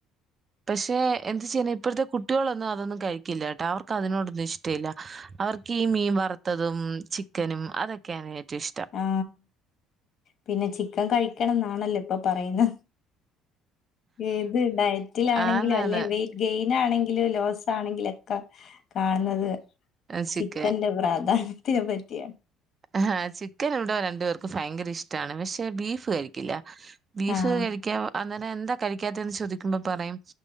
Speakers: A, on the right; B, on the left.
A: പക്ഷെ എന്തച്ചാൽ ഇപ്പഴത്തെ കുട്ടികളൊന്നും അതൊന്നും കഴിക്കില്ല കേട്ടാ അവർക്ക് അതിനോടൊന്നും ഇഷ്ടമല്ല അവർക്ക് ഈ മീൻ വറുത്തതും ചിക്കനും അതൊക്കെയാണ് ഏറ്റവും ഇഷ്ടം
B: ആ പിന്നെ ചിക്കൻ കഴിക്കണംന്നാ ആണല്ലേ ഇപ്പൊ പറയുന്ന ഏത് ഡയറ്റിലാണെങ്കിലും
A: ആന്നാന്ന്.
B: അല്ലെ വെറ്റ് ഗെയിൻ പിന്ന ആണെങ്കിലും ലോസ ആണെങ്കിലൊക്കെ കാണുന്നത്
A: ആഹ് ചിക്കൻ.
B: ചിക്കൻന്റെ പ്രാധാന്യം അതിനെ പറ്റിയാ
A: ആ ചി ചിക്കൻ ഇവിടെ രണ്ടു പേർക്ക് ഭയങ്കര ഇഷ്ടമാണ് പക്ഷേ ബീഫ് കഴിക്കില്ല ബീഫ്
B: ആഹ്
A: കഴിക്കാ അ അങ്ങനെ എന്താ കഴിക്കാതെന്ന് ചോദിക്ക ചോദിക്കുമ്പോ പറയും